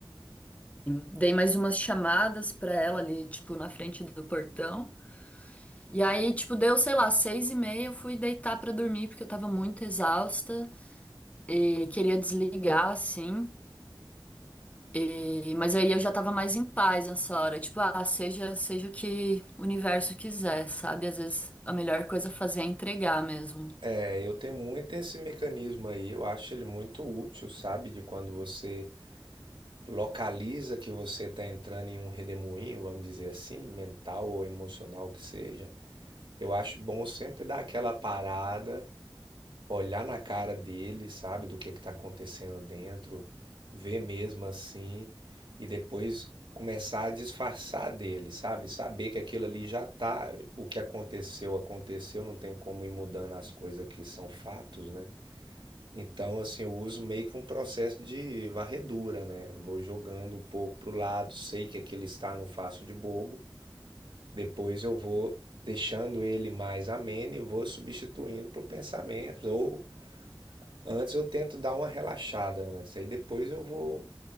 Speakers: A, on the left; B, on the right.
A: Dei mais umas chamadas pra ela ali, tipo, na frente do portão. E aí, tipo, deu, sei lá, seis e meia, eu fui deitar pra dormir, porque eu tava muito exausta e queria desligar, assim. E- Mas aí eu já tava mais em paz nessa hora. Tipo, ah, seja, seja o que o universo quiser, sabe? Às vezes a melhor coisa a fazer é entregar mesmo.
B: É, eu tenho muito esse mecanismo aí, eu acho ele muito útil, sabe? De quando você localiza que você está entrando em um redemoinho, vamos dizer assim, mental ou emocional que seja. Eu acho bom sempre dar aquela parada Olhar na cara dele, sabe, do que que tá acontecendo dentro, ver mesmo assim e depois começar a disfarçar dele, sabe? Saber que aquilo ali já tá, o que aconteceu, aconteceu, não tem como ir mudando as coisas que são fatos, né? Então, assim, eu uso meio que um processo de varredura, né? Vou jogando um pouco pro lado, sei que aquele está, não faço de bobo. Depois eu vou deixando ele mais ameno e vou substituindo por pensamentos ou Antes eu tento dar uma relaxada antes, aí depois eu vou